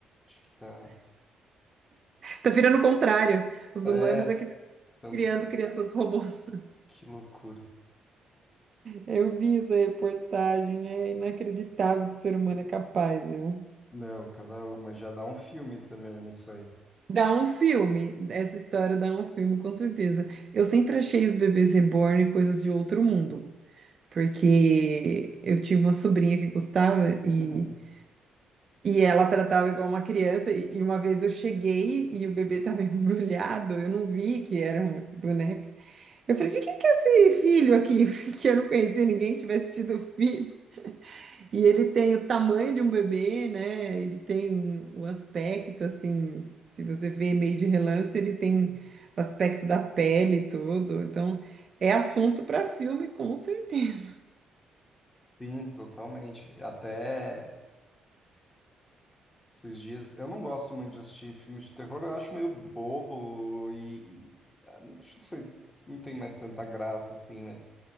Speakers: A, on the left (about 20°); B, on the right (about 45°).
A: acho que tá...
B: Tá virando o contrário. Os
A: É,
B: humanos aqui tá
A: então
B: criando crianças robôs.
A: Que loucura.
B: Eu vi essa reportagem, é inacreditável que o ser humano é capaz, viu?
A: Não, cada uma já dá um filme também, isso aí.
B: Dá um filme, essa história dá um filme, com certeza. Eu sempre achei os bebês reborn coisas de outro mundo, porque eu tive uma sobrinha que gostava e,
A: Uhum.
B: e ela tratava igual uma criança. E, e uma vez eu cheguei e o bebê estava <laughs> embrulhado, eu não vi que era uma boneca. Eu falei, de quem que é esse filho aqui? <laughs> Porque eu não conhecia ninguém que tivesse tido filho. E ele tem o tamanho de um bebê, né? Ele tem o aspecto, assim, se você vê meio de relance, ele tem o aspecto da pele e tudo. Então, é assunto para filme, com certeza.
A: Sim, totalmente. Até esses dias, eu não gosto muito de assistir filmes de terror, eu acho meio bobo e, e ah, não sei, não tem mais tanta graça assim, mas